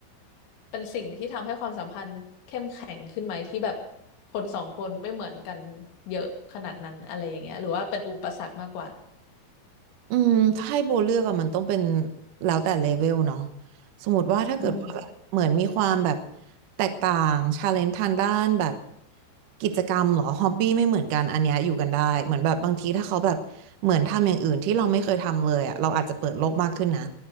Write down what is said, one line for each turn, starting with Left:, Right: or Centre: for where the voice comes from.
Left: เป็นสิ่งที่ทำให้ความสัมพันธ์เข้มแข็งขึ้นไหมที่แบบคนสองคนไม่เหมือนกันเยอะขนาดนั้นอะไรอย่างเงี้ยหรือว่าเป็นอุปสรรคมากกว่า
Right: อืมถ้าให้โบเลือกอะมันต้องเป็นแล้วแต่เลเวลเนาะสมมติว่าถ้าเกิดว่าแบบเหมือนมีความแบบ
Left: อืม
Right: แตกต่างชาเลนจ์ทางด้านแบบกิจกรรมเหรอฮอบบี้ไม่เหมือนกันอันเนี้ยอยู่กันได้เหมือนแบบบางทีถ้าเขาแบบเหมือนทำอย่างอื่นที่เราไม่เคยทำเลยอะเราอาจจะเปิดโลกมากขึ้นนะ